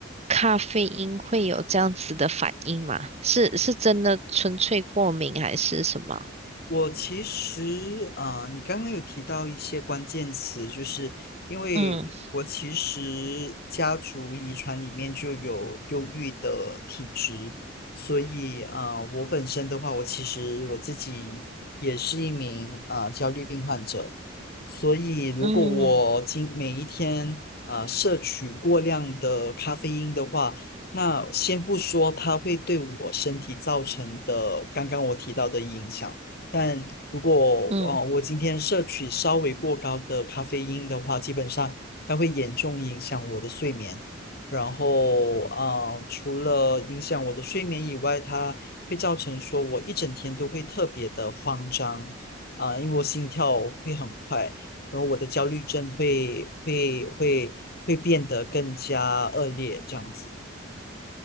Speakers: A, on the right; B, on the left.
A: 咖啡因会有这样子的反应吗？是是真的纯粹过敏还是什么？
B: 我其实啊、呃你刚刚有提到一些关键词，就是因为我其实
A: 嗯
B: 家族遗传里面就有忧郁的体质，所以啊、呃我本身的话，我其实我自己也是一名啊、呃焦虑病患者，所以如果我今每一天啊、
A: 嗯
B: 呃摄取过量的咖啡因的话，那先不说它会对我身体造成的刚刚我提到的影响。但如果呃我今天摄取稍微过高的咖啡因的话，
A: 嗯。
B: 基本上它会严重影响我的睡眠。然后呃，除了影响我的睡眠以外，它会造成说我一整天都会特别的慌张啊、因为我心跳会很快，然后我的焦虑症会会会会变得更加恶劣这样子。